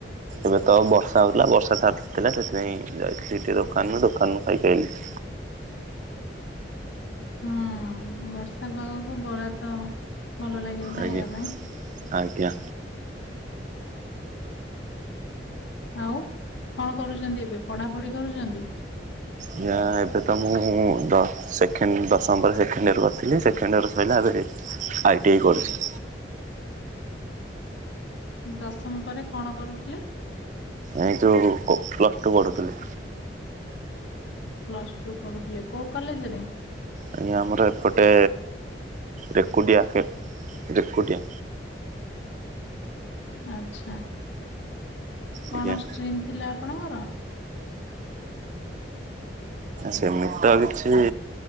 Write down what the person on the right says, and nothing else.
ଏବେ ତ ବର୍ଷା ହଉଥିଲା ବର୍ଷା ଛାଡିଥିଲା ସେଥିପାଇଁ ଯାଇ ଟିକେ ଦୋକାନରୁ ଦୋକାନରୁୁ ଖାଇକି ଆଇଲିି। <inaudible>
ଆଜ୍ଞା
ଆଜ୍ଞା।
ଆଜ୍ଞା ଏବେ ତ ମୁଁ ସେକେଣ୍ଡ ଦଶମ ପରେ ସେକେଣ୍ଡ ଇୟର୍ କରିଥିଲି ସେକେଣ୍ଡ ଇୟର ସରିଲା ଏବେ ଆଇଟିଆଇ କରିଛି।
ଏଇ ଯେଉଁ ପ୍ଲସ୍ ଟୁ ପଢ଼ୁଥିଲି।
ଆଜ୍ଞା ଆମର ଏପଟେ ରେକୁଡ଼ିଆକେ ରେକୁଟିଆ।
ଆଜ୍ଞା।
ସେମିତି ତ କିଛି